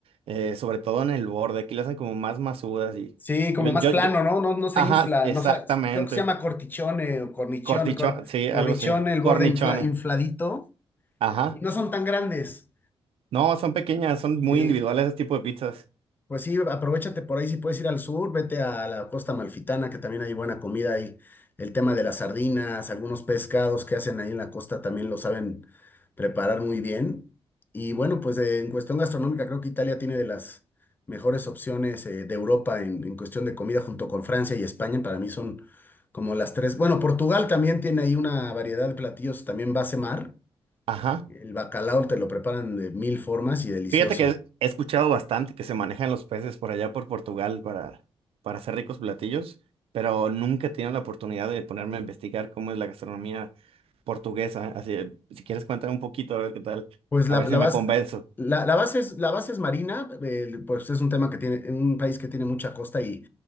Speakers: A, on the right (about 70°); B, on the left (about 20°).
A: eh, sobre todo en el borde, aquí las hacen como más masudas y
B: Sí, como
A: yo, yo,
B: más plano,
A: yo,
B: ¿no? No, no se
A: ajá,
B: infla,
A: exactamente,
B: no sé, creo que se llama cortichone o cornichone,
A: cortichón,
B: cor-
A: sí,
B: cornichone,
A: algo así,
B: el
A: cornichones,
B: borde infla- infladito,
A: ajá.
B: y no son tan grandes.
A: No, son pequeñas, son muy
B: Sí,
A: individuales ese tipo de pizzas.
B: Pues sí, aprovéchate por ahí, si puedes ir al sur, vete a la costa amalfitana, que también hay buena comida ahí. El tema de las sardinas, algunos pescados que hacen ahí en la costa también lo saben preparar muy bien. Y bueno, pues eh, en cuestión gastronómica, creo que Italia tiene de las mejores opciones eh, de Europa en, en cuestión de comida, junto con Francia y España. Para mí son como las tres. Bueno, Portugal también tiene ahí una variedad de platillos, también base mar.
A: Ajá.
B: El bacalao te lo preparan de mil formas y delicioso.
A: Fíjate que he escuchado bastante que se manejan los peces por allá por Portugal para, para hacer ricos platillos, pero nunca he tenido la oportunidad de ponerme a investigar cómo es la gastronomía portuguesa. Así, eh, si quieres cuéntame un poquito, a ver qué tal,
B: Pues la,
A: a ver
B: la
A: si
B: base,
A: me convenzo.
B: la, la base es, la base es marina, eh, pues es un tema que tiene, en un país que tiene mucha costa y